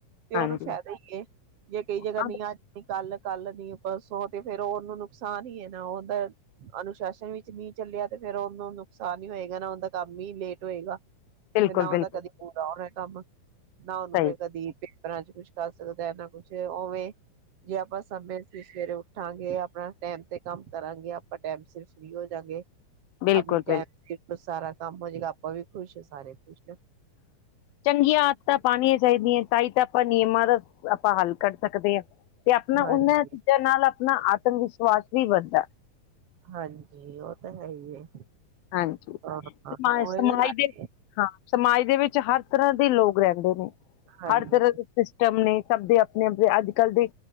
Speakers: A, on the right (about 50°); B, on the left (about 80°).
A: ਤੇ
B: ਹਾਂਜੀ
A: ਉਹਨੂੰ ਫਾਇਦਾ ਹੀ ਹੈ ਜੇ ਕਈ ਜਗ੍ਹਾ
B: ਹਾਂ,
A: ਨੀ ਆਣੀ ਕੱਲ ਕੱਲ ਨੀ ਪਰਸੋਂ ਤੇ ਫੇਿਰ ਉਹਨੂੰ ਨੁਕਸਾਨ ਹੀ ਹੈ ਨਾ ਉਹਦਾ ਅਨੁਸ਼ਾਸਨ ਵਿੱਚ ਨ ਚੱਲਿਆ ਤੇ ਫੇਿਰ ਉਹਨੂੰ ਨੁਕਸਾਨ ਹੀ ਹੋਏਗਾ ਨਾ ਉਹਦਾ ਕੰਮ ਹੀ ਲੇਟ ਹੋਏਗਾ
B: ਬਿਲਕੁਲ
A: ਤੇ ਨਾ
B: ਬਿਲਕੁਲ
A: ਉਹਦਾ ਕਦੀ ਪੂਰਾ ਹੋਣਾ ਕੰਮ ਨਾ ਉਹਨੂੰ
B: ਸਹੀ
A: ਫੇਰ ਕਦੀ ਪਰਾਂ ਚ ਕੁਛ ਕਰ ਸਕਦਾ ਨਾ ਕੁਛ ਉਵੇਂ ਜੇ ਆਪਾਂ ਸਮੇਂ ਸਵੇਰੇ ਉੱਠਾਂਗੇ ਆਪਣਾ ਟੈਮ ਤੇ ਕੰਮ ਕਰਾਂਗੇ ਆਪਾਂ ਟਾਈਮ ਸਿਰ ਫ੍ਰਰੀ ਹੋ ਜਾਂਗੇ
B: ਬਿਲਕੁਲ
A: <unintelligible> ਸਾਰਾ ਕੰਮ ਹੋਜਏਗਾ ਆਪਾਂ ਵੀ ਖੁਸ਼ ਸਾਰੇ ਖੁਸ਼
B: ਚੰਗੀਆਂ ਆਦਾਂ ਪਾਣੀ ਚਾਹੀਦੀਆਂ ਤਾਂ ਹੀ ਤਾਂ ਆਪਾਂ ਨਿਯਮਾਂ ਦਾ ਆਪਾਂ ਹੱਲ ਕਰੱਢ ਸਕਦੇ ਹਾਂ ਤੇ ਆਪਣਾ
A: ਹਾਂਜੀ।
B: ਉਹਨਾਂ ਚੀਜ਼ਾਂ ਨਾਲ ਆਪਣਾ ਆਤਮ ਵਿਸ਼ਵਾਸ ਵੀ ਵੱਧਦਾ
A: ਹਾਂਜੀ ਉਹ ਤਾਂ ਹੈ ਹੀ
B: ਹਾਂਜੀ
A: ਹਾਂ
B: ਸਮਾ
A: ਉਹੀ
B: ਸਮਾਜ
A: ਨਾ ਨਾਲੇ
B: ਦੇ ਹਾਂ ਸਮਾਜ ਦੇ ਵਿੱਚ ਹਰ ਤਰ੍ਹਾਂ ਦੇ ਲੋਕ ਰਹਿੰਦੇ ਨੇ
A: ਹਾਂਜੀ
B: ਹਰ ਤਰ੍ਹਾਂ ਦੇ ਸਿਸਟਮ ਨੇ ਸਭ ਦੇ ਣੇ ਆਪਣੇ ਅੱਜ ਕੱਲ੍ਹ ਦੇ